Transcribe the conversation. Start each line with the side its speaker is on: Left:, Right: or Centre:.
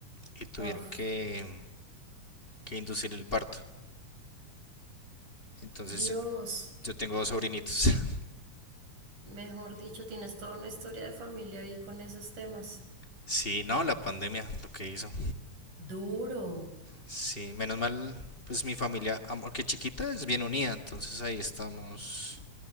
Left: y tuvieron
Right: Oh,
Left: que, que inducir el parto. Entonces
Right: Dios.
Left: yo tengo dos sobrinitos. <laughs>
Right: Mejor dicho, tienes toda una historia de familia ahí con esos temas.
Left: Sí, no, la pandemia, lo que hizo.
Right: Duro.
Left: Sí, menos mal, pues mi familia, aunque chiquita, es bien unida. Entonces ahí estamos